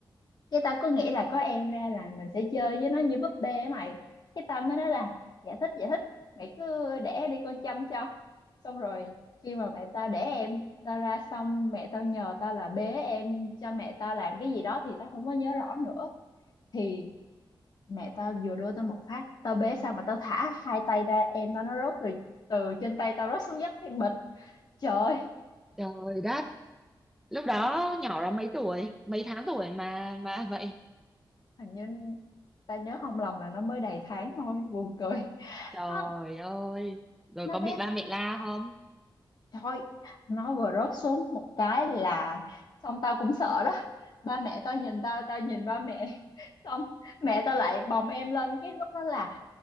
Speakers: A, on the left; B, in the centre.
A: cái tao cứ nghĩ là có em ra là mình sẽ chơi với nó như búp bê á mày cái tao mới nói là dạ thích dạ thích mày cứ đẻ đi con chăm cho xong rồi khi mà mẹ tao đẻ em tao ra xong mẹ tao nhờ tao là bế em cho mẹ tao làm cái gì đó thì tao không có nhớ rõ nữa thì mẹ tao vừa đưa tao một phát tao bế xong mà tao thả hai tay ra em tao nó rớt từ từ trên tay tao rớt xuống đất cái bịch trời ơi,
B: Trời đất, lúc đó nhỏ lắm mấy tuổi, mấy tháng tuổi mà mà vậy.
A: hình như tao nhớ không lầm là nó mới đầy tháng thôi buồn cười
B: Trời
A: nó
B: ơi, rồi
A: nó
B: có
A: bé
B: bị ba mẹ la không?
A: Thôi, nó vừa rớt xuống một cái là xong tao cũng sợ đó. Ba mẹ tao nhìn tao, tao nhìn ba mẹ. <laughs> Xong mẹ tao lại bồng em lên cái lúc đó là